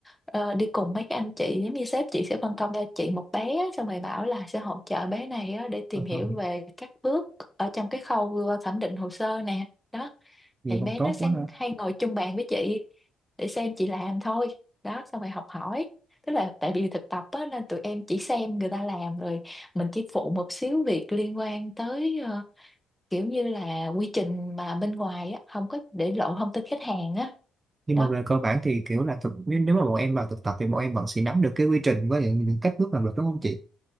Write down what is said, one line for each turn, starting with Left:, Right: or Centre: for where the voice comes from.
Centre: ờ, đi cùng mấy cái anh chị giống như sếp chị sẽ phân công cho chị một bé á, xong rồi bảo là sẽ hỗ trợ bé này á, để tìm
Right: Ờ,
Centre: hiểu
Right: ờ,
Centre: về các bước ở trong cái khâu ờ, thẩm định hồ sơ nè đó
Right: vậy
Centre: thì
Right: còn
Centre: bé
Right: tốt
Centre: nó sang
Right: quá ha
Centre: hay ngồi chung bàn với chị để xem chị làm thôi đó xong rồi học hỏi tức là tại vì thực tập á nên tụi em chỉ xem người ta làm rồi mình chỉ phụ một xíu việc liên quan tới ờ, kiểu như là quy trình mà bên ngoài á không có để lộ thông tin khách hàng á
Right: nhưng
Centre: đó
Right: mà về cơ bản thì kiểu là thực nếu, nếu mà bọn em vào thực tập thì bọn em vẫn sẽ nắm được cái quy trình với những những cách bước làm việc đúng không chị